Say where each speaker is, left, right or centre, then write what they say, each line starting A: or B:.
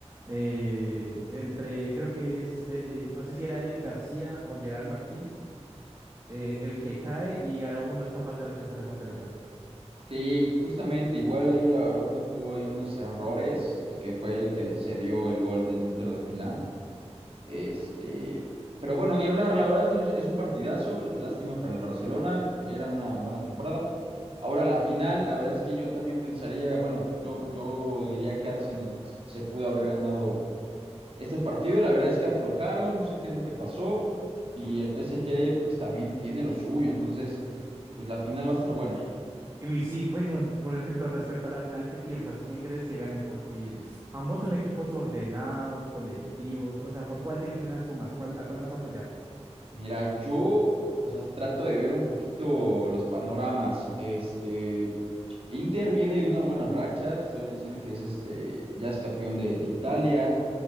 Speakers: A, on the right; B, on the right.
A: eh, entre, creo que es, Eri- eh, no sé si era Eric García o Gerard Martín, eh, el que cae y Araujo no es capaz de rechazar esa pelota.
B: Sí, justamente, igual ahí Araujo tuvo ahí unos errores, que fue el que se dio el gol del Inter de Milán. Este, pero bueno, ni hablar, la verdad es, es un partidazo, lástima para el Barcelona, era una buena temporada. Ahora la final, la verdad es que yo también pensaría, bueno, yo, yo diría que Arsenal se pudo haber ganado este partido, la verdad es que aflojaron, no sé qué es lo que pasó, y el PSG pues también tiene lo suyo, entonces pues la final va a estar buena.
A: Y sí, bueno, por ejemplo, respecto a la final, ¿qué piensas? ¿Quién crees que gane? Porque ambos son equipos ordenados, colectivos. O sea, ¿por cuál te inclinas tú más? ¿Cuál, a cuál vas a apoyar?
B: Mira, yo, o sea, trato de ver un poquito los panoramas. Este, Inter viene de una buena racha, te estoy diciendo que es este, ya es campeón de, de Italia,